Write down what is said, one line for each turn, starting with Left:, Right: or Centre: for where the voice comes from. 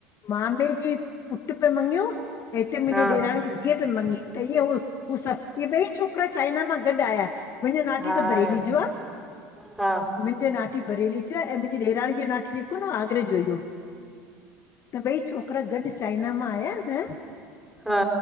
Left: मामे जे पुटु पेई मन्गजै त हिते मुंहिंजी
Centre: हा
Left: ॾेराण जी धीअउ पई मन्गजै ईअं हू। हू। सभु इहे ॿई छोकिरा चाइना मां गॾु आया मुंहिंजो नाठी
Centre: हा
Left: त बरेली जो आ।
Centre: हा
Left: मुंहिंजी नाठी बरेली च ऐं मुंहिंजी ॾेराणी जी नाठी जेको न आगरे जो इो। त भई छोकिरा गॾु चाइना मां आया न।
Centre: हा